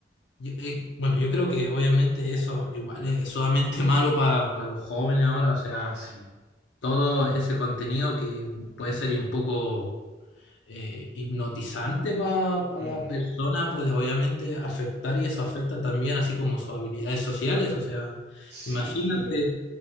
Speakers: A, on the left; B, on the right.
A: yo, eh, bueno, yo creo que obviamente eso igual es sumamente <laughs> malo para los jóvenes ahora, o sea,
B: Ah, sí.
A: todo ese contenido que puede ser un poco eh, hipnotizante para
B: Mm,
A: la persona puede obviamente afectar y eso afecta también así como sus habilidades sociales. O sea,
B: sí,
A: imagínate,